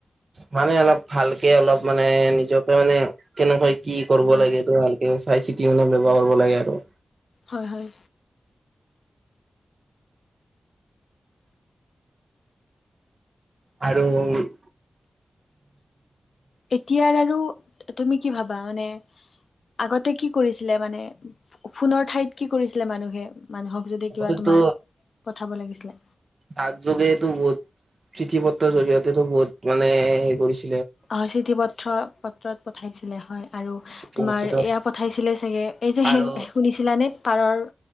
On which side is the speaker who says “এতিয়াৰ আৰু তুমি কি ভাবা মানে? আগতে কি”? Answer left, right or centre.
Left